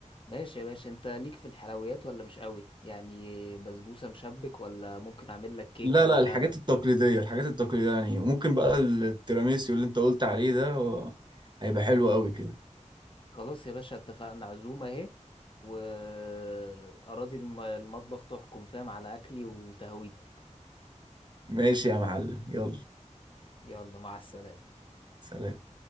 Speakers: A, on the left; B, on the right.
A: ماشي يا باشا انت ليك في الحلويات ولا مش قوي يعني بسبوسة مشبك ولا ممكن اعمل لك كيكة
B: لا
A: مثلا
B: لا الحاجات التقليديه الحاجات التقليديه يعني وممكن بقى التيراميسيو اللي انت قلت عليه ده و... هيبقى حلو قوي كده
A: خلاص يا باشا اتفقنا عزومة اهي وأراضي الم- المطبخ تحكم فاهم على اكلي وتهويتك
B: ماشي يا معلم يلا
A: يلا مع السلامة
B: سلام